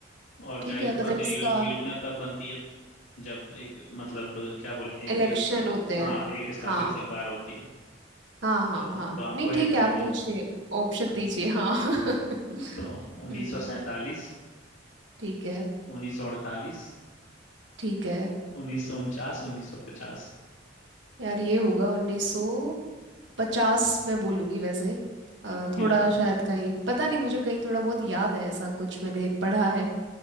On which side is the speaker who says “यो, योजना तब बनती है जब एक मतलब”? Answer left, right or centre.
Left